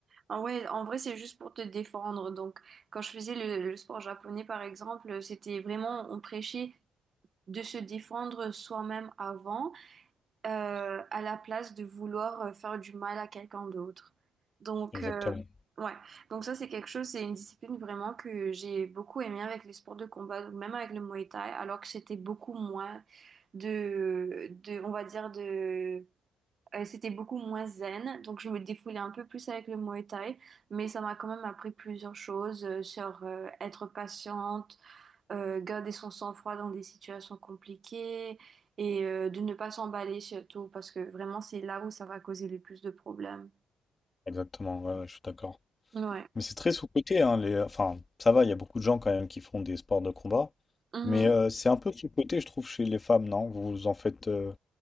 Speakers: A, on the right; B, on the left.
A: Ah ouais, en vrai, c'est juste pour te défendre. Donc, quand je faisais le, le sport japonais, par exemple, c'était vraiment, on prêchait de se défendre soi-même avant, euh, à la place de vouloir euh, faire du mal à quelqu'un d'autre. Donc,
B: Exactement,
A: euh, ouais. Donc ça, c'est quelque chose, c'est une discipline vraiment que j'ai beaucoup aimé avec les sports de combat, même avec le Muay Thai, alors que c'était beaucoup moins de, de, on va dire, de euh, c'était beaucoup moins zen, donc je me défoulais un peu plus avec le Muay Thai, mais ça m'a quand même appris plusieurs choses euh, sur euh, être patiente, euh, garder son sang-froid dans des situations compliquées et euh, de ne pas s'emballer surtout parce que vraiment c'est là où ça va causer le plus de problèmes.
B: exactement, ouais, ouais, je suis d'accord.
A: Ouais.
B: Mais c'est très sous-coté, hein, les... enfin, ça va, il y a beaucoup de gens quand même qui font des sports de combat,
A: Mhm.
B: mais euh, c'est un peu sous-coté, je trouve, chez les femmes, non? Vous en faites euh,